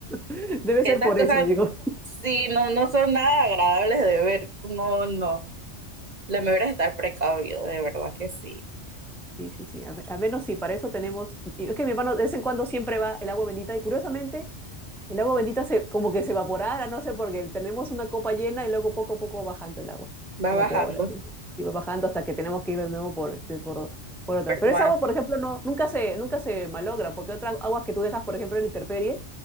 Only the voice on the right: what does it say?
Esas
cosas,
sí, no, no son nada agradables de ver. No, no. Lo mejor es estar precavido, de verdad que sí.
Va
bajando,
pero
más,